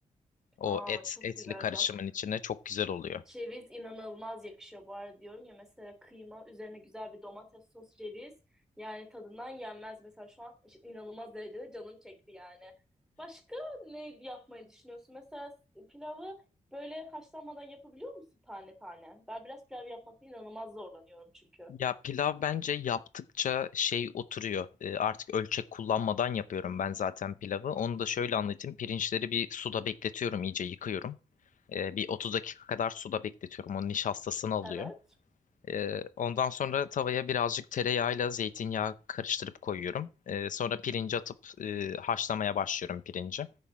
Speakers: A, on the left; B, in the centre.
A: O
B: Aa,
A: et
B: çok
A: etli
B: güzel
A: karışımın
B: bak.
A: içine çok güzel oluyor.
B: Ceviz inanılmaz yakışıyor bu arada diyorum ya mesela kıyma üzerine güzel bir domates sos ceviz yani tadından yenmez mesela şu an işte inanılmaz derecede canım çekti yani. Başka ne yapmayı düşünüyorsun? Mesela pilavı böyle haşlanmadan yapabiliyor musun tane tane? Ben biraz pilav yapmakta inanılmaz zorlanıyorum çünkü.
A: Ya pilav bence yaptıkça şey oturuyor. Ee, artık ölçek kullanmadan yapıyorum ben zaten pilavı. Onu da şöyle anlatayım. Pirinçleri bir suda bekletiyorum, iyice yıkıyorum. Ee, bir 30 dakika kadar suda bekletiyorum. Onun nişastasını alıyor.
B: Evet.
A: Ee, ondan sonra tavaya birazcık tereyağıyla zeytinyağı karıştırıp koyuyorum. Ee, sonra pirinci atıp e, haşlamaya başlıyorum pirinci.